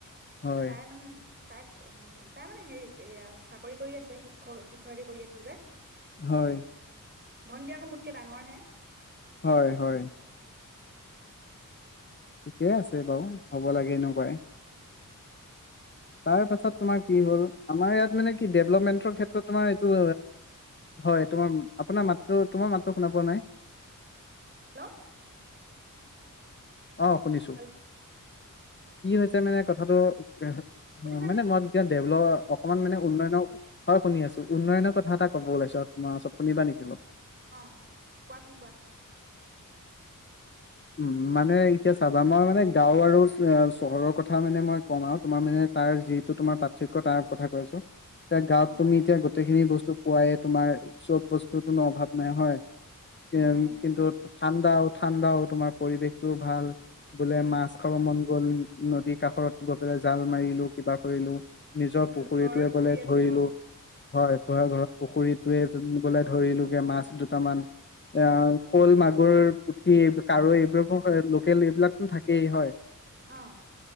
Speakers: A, on the left (about 35°); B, on the right (about 30°).
A: হয়
B: তাই মানে তাইক উ তাই মানে হেৰিত, এয়া চাকৰি কৰি আছে। শিক্ষক শিক্ষয়িত্ৰী কৰি আছে যে।
A: হয়
B: ভণ্টি আকৌ মোতকে ডাঙৰ হে।
A: হয়, হয় ঠিকে আছে বাৰু, হ'ব লাগে এনেকুৱাই। তাৰ পাছত তোমাৰ কি হ'ল আমাৰ ইয়াত মানে কি ডেভলপমেন্টৰ ক্ষেত্ৰত তোমাৰ এইটো হয়, তোমাৰ, আপোনাৰ মাতটো, তোমাৰ মাতটো শুনা পোৱা নাই।
B: হেল্ল'
A: অ', শুনিছোঁ।
B: হেল্ল'
A: কি হৈছে মানে কথাটো। অ',
B: শুনিছানে
A: মানে মই এতিয়া দেভলপ অকমান মানে উন্নয়নৰ, হয় শুনি আছোঁ। উন্নয়নৰ কথা এটা ক'ব ওলাইছোঁ আৰু তোমাৰ ওচৰত, শুনিবা নেকি অলপ।
B: অ', কোৱাচোন কোৱা।
A: উম, মানে এতিয়া চাবা, মই মানে গাঁও আৰু চ চহৰৰ কথা মানে মই কম আৰু তোমাৰ মানে তাৰ যিটো তোমাৰ পাৰ্থক্য তাৰ কথা কৈ আছোঁ। এতিয়া গাঁওত
B: অ'
A: তুমি
B: কোৱা।
A: এতিয়া গোটেইখিনি বস্তু পোৱাই তোমাৰ, চব বস্তু কোনো অভাৱ নাই, হয় উ
B: নাই নাই।
A: কিন্তু ঠাণ্ডা ঠাণ্ডাও তোমাৰ পৰিৱেশটো ভাল বোলে
B: উম,
A: মাছ খাব মন গল নদীৰ কাষত গৈ পেলাই জাল মাৰিলো কিবা কৰিলো নিজৰ
B: উম,
A: পুখুৰীটোৱে
B: ঘৰৰে পুখুৰী
A: বোলে
B: আছে
A: ধৰিলো
B: অ',
A: হয় ঘ ঘৰ পুখুৰীটোয়ে গলে ধৰিলোগে মাছ দুটামান এ শ'ল মাগুৰ পুঠি <unintelligible> <unintelligible>
B: <unintelligible>
A: হয়।
B: অ।